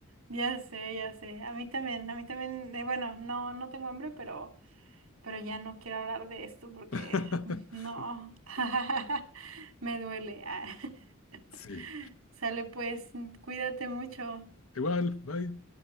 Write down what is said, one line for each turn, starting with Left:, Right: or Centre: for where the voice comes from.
Right: Ya sé, ya sé. A mí también, a mí también, eh, bueno, no, no tengo hambre, pero, pero ya no quiero hablar de esto porque
Left: <laughs>
Right: mm, no. <laughs> Me duele. Ah.
Left: Sí,
Right: <laughs> Sale pues, cuídate mucho.
Left: igual, bye.